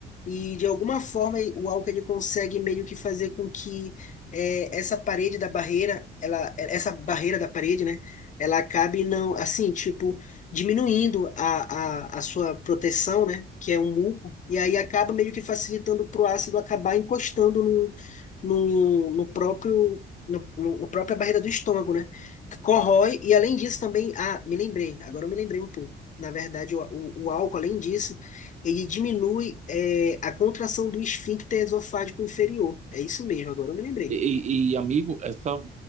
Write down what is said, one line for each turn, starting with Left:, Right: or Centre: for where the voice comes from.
Left: E, de alguma forma, o álcool ele consegue meio que fazer com que é, essa parede da barreira, ela, essa barreira da parede, né? Ela acabe não, assim, tipo, diminuindo a, a, a sua proteção, né? Que é um muco e aí acaba meio que facilitando para o ácido acabar encostando no, no, no próprio no, no- na própria barreira do estômago, né? Que Corrói e além disso também, ah, me lembrei, agora eu me lembrei um pouco. Na verdade, o, o, o álcool, além disso, ele diminui é, a contração do esfíncter esofágico inferior. É isso mesmo, agora eu me lembrei.
Right: E, e, e, amigo, é só.